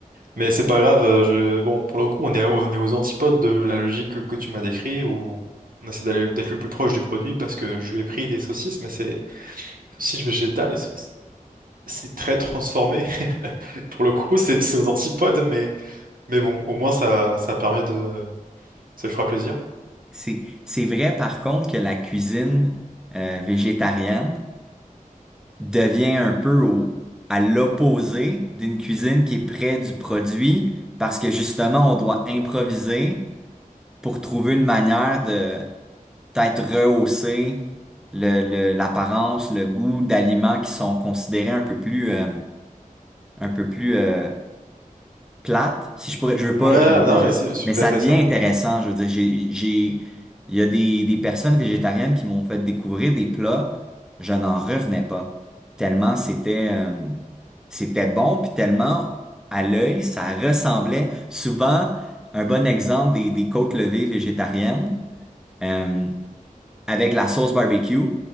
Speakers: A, on the right; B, in the centre.
A: Mais c'est pas grave, euh, je... bon, pour le coup, on est, à- on est aux antipodes de la logique que, que tu m'as décrit, où on essaie d'aller, d'être le plus proche du produit, parce que je lui ai pris des saucisses, mais c'est saucisses végétales, et saucisses- c'est très transformé. <laughs> Pour le coup, c'est c'est aux antipodes, mais, mais bon, au moins, ça, ça permet de... Ça lui fera plaisir.
B: C'est, c'est vrai, par contre, que la cuisine euh, végétarienne devient un peu au, à l'opposé d'une cuisine qui est près du produit parce que justement, on doit improviser pour trouver une manière de. peut-être rehausser le, le- l'apparence, le goût d'aliments qui sont considérés un peu plus, euh, un peu plus euh, plates. Si je pourrais, je veux pas,
A: Ouais,
B: je veux
A: non,
B: dire,
A: mais c'est
B: je-
A: c'est
B: mais
A: tout
B: ça
A: à fait
B: devient
A: ça.
B: intéressant. Je veux dire, j'ai, j'ai, il y a des, des personnes végétariennes qui m'ont fait découvrir des plats, je n'en revenais pas. Tellement c'était, euh, c'était bon, puis tellement à l'œil, ça ressemblait souvent. Un bon exemple des, des côtes levées végétariennes. euh, avec la sauce barbecue.